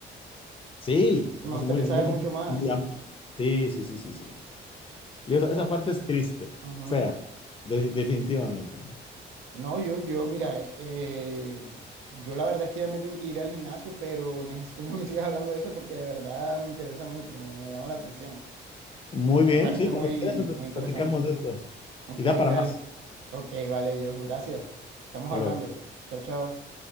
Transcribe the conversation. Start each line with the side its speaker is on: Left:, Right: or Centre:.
Left: sí,
Right: que
Left: no,
Right: me gustaría
Left: es muy, es
Right: saber
Left: muy complejo,
Right: mucho más.
Left: muy amplio. Sí, sí, sí, sí, sí. Y esa, esa
Right: Pe-
Left: parte es triste,
Right: ujú.
Left: fea, de- definitivamente. ¿no?
Right: No, yo, yo, mira, eh, eh, yo la verdad es que ya me tengo que ir al gimnasio, pero necesito que me <laughs> sigas hablando de eso porque de verdad me interesa mucho, me, me llama la atención.
Left: Muy bien,
Right: Me parece
Left: sí, cuando
Right: muy,
Left: quieras eh,
Right: muy interesante.
Left: platicamos de esto.
Right: Ok,
Left: Y da para
Right: dale.
Left: más.
Right: Ok, vale, yo, gracias. Estamos
Left: Hasta
Right: hablando.
Left: luego.
Right: Chao, chao.